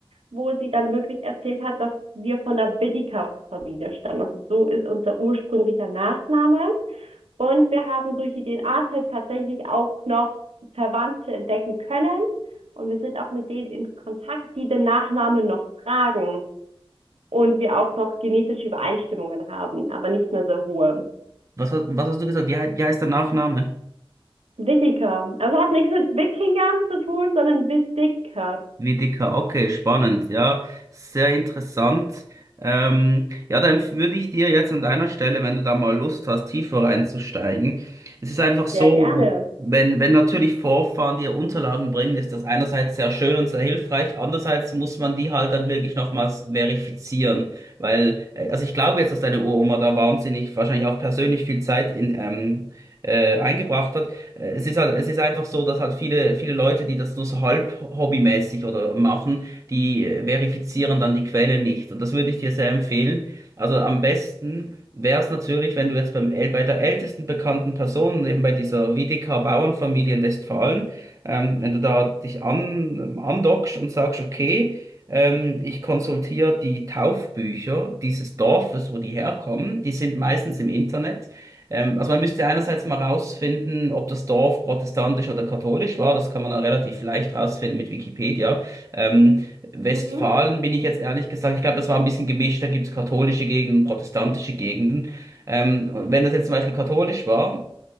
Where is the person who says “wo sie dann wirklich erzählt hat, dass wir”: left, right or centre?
Right